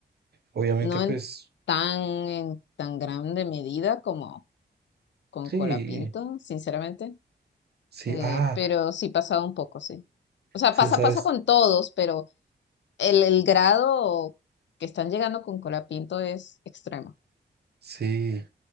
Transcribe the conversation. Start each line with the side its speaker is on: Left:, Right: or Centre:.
Right: Obviamente,
Left: <laughs> no
Right: pues,
Left: en tan, en tan grande medida como con
Right: sí,
Left: Colapinto, sinceramente.
Right: sí,
Left: Eh,
Right: ah,
Left: pero sí pasaba un poco, sí. O sea,
Right: sí,
Left: pasa,
Right: sabes,
Left: pasa con todos, pero el, el grado que están llegando con Colapinto es extremo.
Right: sí.